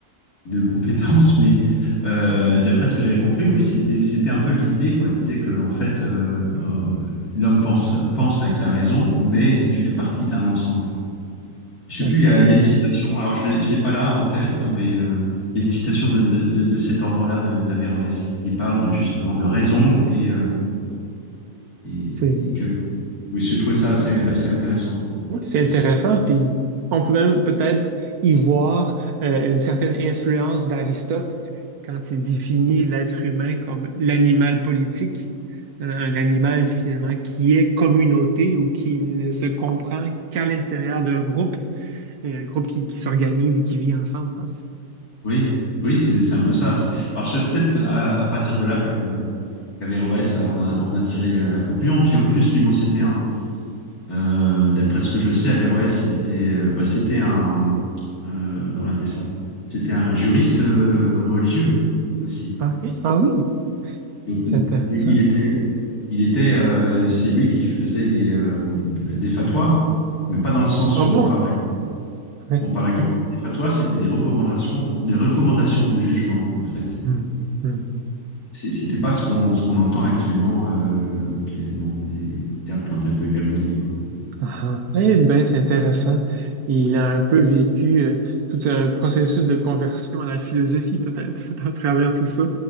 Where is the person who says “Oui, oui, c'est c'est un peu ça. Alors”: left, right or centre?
Left